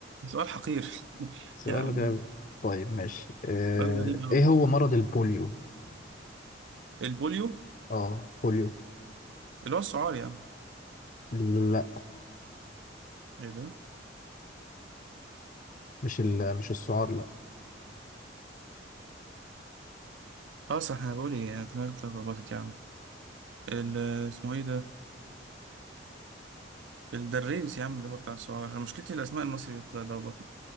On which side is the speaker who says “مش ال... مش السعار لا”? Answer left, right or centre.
Left